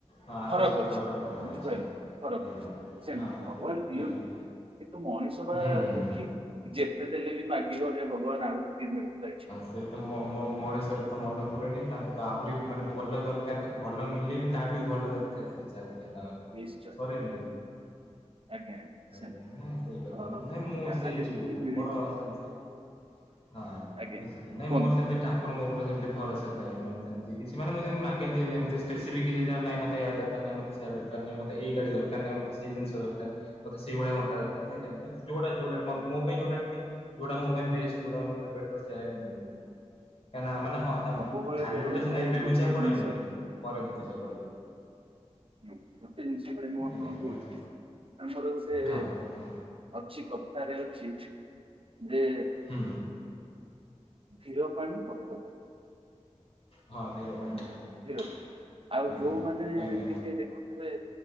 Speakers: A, on the left; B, on the right.
A: ହଁ ଆକାଶ
B: ଫରକ
A: ପାତାଳର
B: ଅଛି
A: ଫରକ
B: ବୁଝିପାରିଲେ
A: ଅଛି
B: ଫରକ
A: ଆଜ୍ଞା
B: ଅଛି ସେମିତି
A: ହଁ ଆଜ୍ଞା।
B: ଭଗବାନ ଦିଅନ୍ତି। କିନ୍ତୁ ମଣିଷ ବା
A: ହୁଁ ହୁଁ
B: ଦୁଃଖୀ ଯେତେ ଦେଲେ ବି ମାଗିବ ହେ ଭଗବାନ ଆଉ ଟିକେ ମିଳନ୍ତା କି?
A: ସେ ତ ମ ମ ମଣିଷର ତ ମନେ ପୁରେନି ତାଙ୍କୁ ତ ଆହୁରି ମାନେ ଭଲ ଦରକାରେ। ଭଲ ମିଳିଲେ ବି ତାଠୁ ବି ଭଲ ଦରକାର ସେ ଚାଲିଥାଏ ତାଙ୍କର
B: ନିଶ୍ଚୟ
A: ସରେନି
B: ଆଜ୍ଞା। ସେ-
A: ଆଜ୍ଞା ନା ସେଇ କଥା
B: ଅ,
A: ନାହିଁ ମୁଁ
B: ଯାହା
A: ସେଇ
B: ଯେତିକି
A: ଯୋଉ
B: ମିଳିଛି
A: ମୋର ସେମିତି କିଛି ହଁ
B: ଆଜ୍ଞା
A: ବୁଝିଲି ନାଇଁ
B: କୁହନ୍ତୁ
A: ମୋର ସେମିତି ଠାକୁ ଠାକୁର ଙ୍କ ଉପରେ ଯେମତି ଭରସା ଥାଏ ସେମିତି କିଛି ମାନେ ମୁଁ ସେମିତି ମାଗେନି ଯେ ଯେମତି ସ୍ପେସିଫିକ କିଛି ନାହିଁ ମତେ ଏୟା ଦରକାର ନାହିଁ ମତେ ସେୟା ଏଇଟା ଦରକାର ନାହିଁ ମତେ ଏଇ ଗାଡ଼ି ଦରକାର ନାହିଁ ମତେ ସେ ଜିନିଷ ଦରକାର ମତେ ସେଇଭଳିଆ ଘଣ୍ଟା ଦରକାର। ନାହିଁ ସେମିତି ନାହିଁ ଯୋଉଟା ଯୋଉଟା ମୋ ପାଇଁ ଯୋଉଟା ଠିକ୍ ଯୋଉଟା ମୋ ପାଇଁ ବେଷ୍ଟ ଯୋଉଟା ମତେ ବେଟର ସେୟର ମିଳୁ। କାହିଁକି ନା ଏମାନେ ହଁ
B: ସବୁବେଳେ
A: ମୁଁ ଢାଲୁ ଟା ସିନା
B: ଭାଇ
A: ଏବେ
B: ଗୋଟିଏ
A: ବୁଝା ପଡେନି
B: ଜିନିଷ
A: ପରେ ବୁଝା ପଡେ।
B: ହଁ! ଗୋଟେ ଜିନିଷ ପାଇଁ ମୁଁ ଆପଣଙ୍କୁ
A: ଆଜ୍ଞା କୁହନ୍ତୁ
B: କହୁଛି ଆମର ଗୋଟେ
A: ହଁ କୁହ
B: ଅଛି କଥାରେ ଅଛି ଯେ
A: ହୁଁ
B: ଧୀର ପାଣି ପଥର କାଟେ।
A: ହଁ ଧୀର ପାଣି ପଡିଥିଲା।
B: <inaudible> ଆଉ
A: ଆଜ୍ଞା
B: ଯୋଉମାନେ
A: ଆଜ୍ଞା
B: ଟିକେ ଦେଖୁଥିବେ